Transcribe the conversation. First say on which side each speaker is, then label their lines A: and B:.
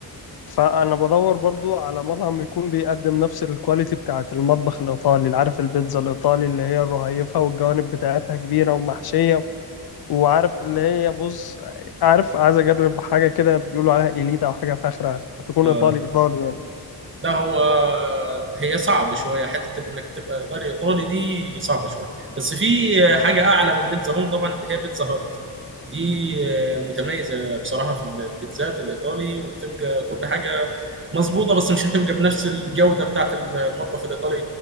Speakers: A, on the left; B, on the right.
A: فانا بدور برضو على مطعم يكون بيقدم نفس الكواليتي بتاعه المطبخ الايطالي اللي عارف البيتزا الايطالي اللي هي الرهيفه والجوانب بتاعتها كبيره ومحشيه وعارف اللي هي بص عارف عايز اجرب حاجه كده بيقولوا عليها إيليتا او حاجه فاخره هتكون
B: آه،
A: ايطالي ايطالي يعني
B: لا هو هي صعب شويه حته انك تبقى ايطالي ايطالي دي صعبه شويه بس في حاجه اعلى من بيتزا هوم طبعا اللي هي بيتزا هات دي متميزه بصراحه في البيتزات الايطالي وبتبقى كل حاجه مظبوطه بس مش هتبقى بنفس الجوده بتاعت المطبخ الايطالي